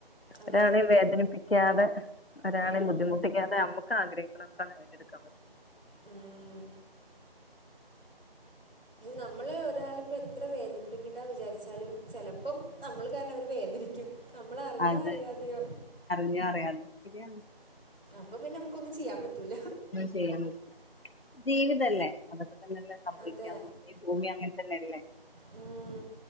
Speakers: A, on the right (about 65°); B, on the left (about 70°).
A: അതെ
B: ഒരാളെയും
A: സത്യം
B: വേദനിപ്പിക്കാതെ ഒരാളെയും
A: ഉം.
B: ബുദ്ധിമുട്ടിക്കാതെ നമ്മക്ക് ആഗ്രഹിക്കണൊക്കെ നേ എടുക്കാം പറ്റണം
A: ഉം. നമ്മള് ഒരാളിപ്പോ എത്ര വേദനിപ്പിക്കേണ്ടാ വിചാരിച്ചാലും ചെലപ്പം നമ്മള് കാരണം അവര് വേദനിക്കും നമ്മള് അറിഞ്ഞോ
B: അത്
A: അറിയാതേയോ
B: അറിഞ്ഞോ അറിയാതെ ശെരിയാണ്
A: അപ്പൊ പിന്നെ നമുക്കൊന്നും ചെയ്യാ പറ്റൂല
B: ചെയ്യാ പറ്റൂല ജീവിതല്ലേ അതൊക്കെ തന്നെല്ലെ സംഭവിക്കാൻ
A: അതെ
B: പോണെ ഈ ഭൂമി അങ്ങൻതന്നെയല്ലേ
A: ഉം